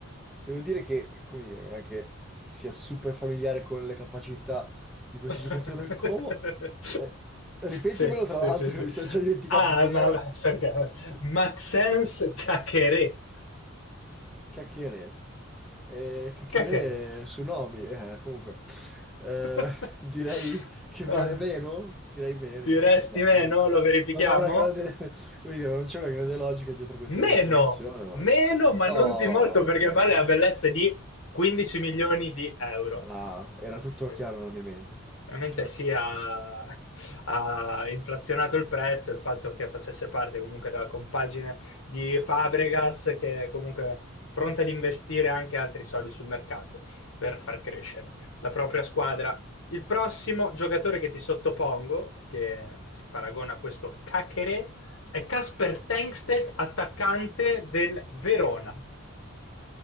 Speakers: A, in the centre; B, on the left.
A: devo dire che, come dire, non è che sia super familiare con le capacità di questo
B: <laughs>
A: giocatore del Como. Eh, ripetimelo,
B: Sì,
A: tra
B: sì,
A: l'altro,
B: sì,
A: che
B: sì.
A: mi sono già dimenticato
B: Ah,
A: chi
B: ma
A: era.
B: perché?
A: <laughs>
B: Maxence Kakere.
A: Cacchiere. E chiacchiere
B: Kekere.
A: sui nomi, eh, comunque. Eh,
B: <laughs>
A: <laughs> direi che vale
B: Eh,
A: meno? Direi meno,
B: Ti resti
A: ma
B: meno?
A: no-
B: Lo verifichiamo?
A: non ho una grande, <laughs> come dire, non c'è una grande logica dietro questa
B: Meno!
A: mia affermazione, ma...
B: Meno, ma
A: Oh,
B: non di molto perché
A: ok.
B: vale la bellezza di 15 milioni di euro.
A: Ah, era tutto
B: Eh,
A: chiaro nella mia mente,
B: Veramente
A: certo.
B: sì, ha, <laughs> ha inflazionato il prezzo il fatto che facesse parte comunque della compagine di Fabregas, che è comunque pronta ad investire anche altri soldi sul mercato per far crescere la propria squadra. Il prossimo giocatore che ti sottopongo, che si paragona a questo Cachere, è Casper Tengsted, attaccante del Verona.